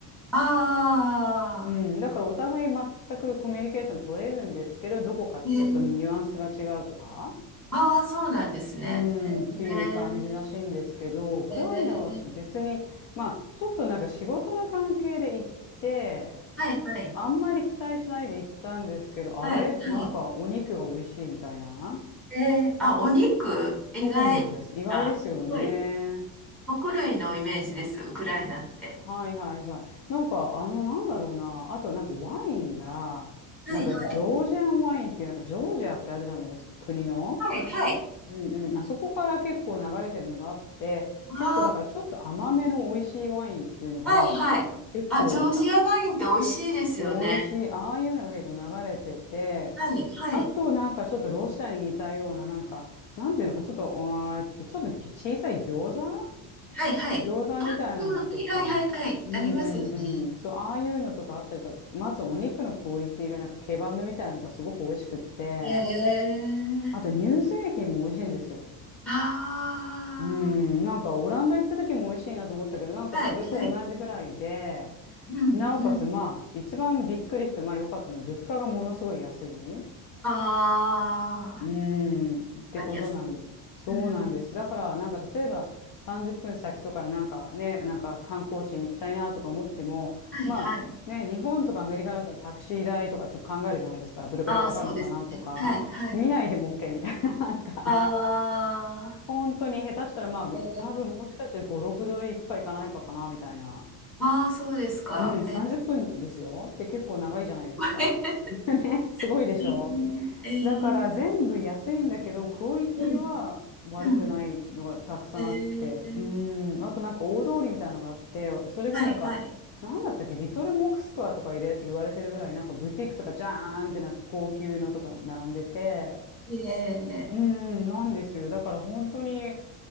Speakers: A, in the centre; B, on the left (about 45°).
A: あ
B: うん、だからお互い全くコミュニケーション取れるんですけど、どこかちょっとニュアンスが違うとか、
A: あ、ね、ああ、そうなんですね。
B: うん、っていう感じらしいんですけど、
A: ね、
B: ウクライナは私別に、
A: えー、
B: まあ、ちょっとなんか仕事の関係で行って、
A: はい、はい、
B: あんまり期待しないで行ったんですけど、
A: はい、
B: あれなんかお肉が美味しいみたいな。
A: はい。えー、あ、お肉、意外、
B: そうなんです。意外ですよね。
A: なんかすごい、穀類のイメージです、ウクライナって。
B: はいはいはい。なんか、あの、なんだろうな。あと、なんかワインが、
A: はい、
B: なんかジョージアンワインっていう、
A: はい。
B: なんかジョージアってあるじゃないですか、国の。
A: はい、はい。
B: うんうん。あそこから結構流れてるのがあって、
A: あ
B: 結構だからちょっと甘めの美味しいワインっていうのが、
A: あ、はい、はい。
B: 結構
A: あ、ジョージアワインって美味しいですよね。
B: 美味しい。ああいうのが結構流れてて、
A: はい、はい。
B: あとなんかちょっとロシアに似たような、なんか、なんていうのか、ちょっと、うーんえっと、ちょっと小さい餃子
A: はい、はい。
B: 餃子みたいなのとか、
A: はい、はい、はい、はい。
B: うんう
A: ありますよね。
B: んうん、そう、ああいうのとかあったりとか、まずお肉のクオリティがなんかケバブみたいなのがすごく美味しくって、
A: ええ
B: あと乳製品も美味しいんですよ。
A: あ
B: うん、なんかオランダ行った時も美味しいなと思ったけど、なんかそれと同じぐらいで、
A: あー、はい、はい。うん、
B: なおかつまあ一番びっくりしてまあ良かったのは物価がものすごい安い。
A: うん。ああ、
B: うーん、ってことなん、
A: 確かに安く。
B: そうなんです。
A: うん、
B: だから、なんか例えば30分先とかでなんかね、なんか観光地に行きたいなとか思っても、
A: はい、
B: まあね、
A: はい。
B: 日本とかアメリカだとタクシー代とかちょっと考えるじゃないですか。どれくらいかかるのかなとか、
A: ああ、そうですね。はい、はい。
B: 見ないでも OK みたいな、<laughs> なんか、
A: あ
B: 本当に下手したらまあ、
A: あ、えー、
B: 多分もしかしたら5、6ドル行くか行かないかかなみたいな。
A: ああ、そうですか。
B: うん、30分ですよって結構長いじゃないですか。
A: えー、これ、
B: <laughs> ね、すごいでしょ
A: えー、えー、
B: だから全部安いんだけど、クオリティは悪くないのがたくさんあって、
A: うん、うん。えー、
B: うん、あとなんか大通りみたいなのがあって、それがなんか、
A: はい、はい。
B: なんだったっけ、リトルモクスクワとか入れ、言われてるぐらい、なんかブティックとかジャーンってなんか高級のとか並んでて、
A: え
B: うん、なんですよ。だから本当に